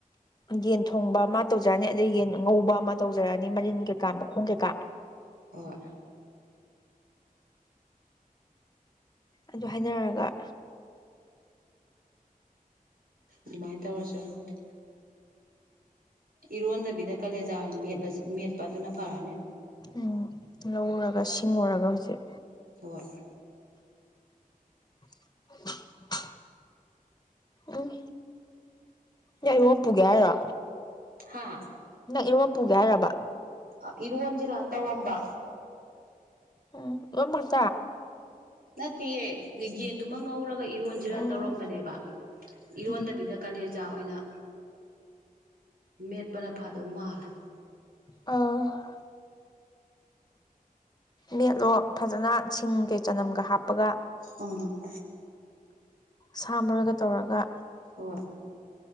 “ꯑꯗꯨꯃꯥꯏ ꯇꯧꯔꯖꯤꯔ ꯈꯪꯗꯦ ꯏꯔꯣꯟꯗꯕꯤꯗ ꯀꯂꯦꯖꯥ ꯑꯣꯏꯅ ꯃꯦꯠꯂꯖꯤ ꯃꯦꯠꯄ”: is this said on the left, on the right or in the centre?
Right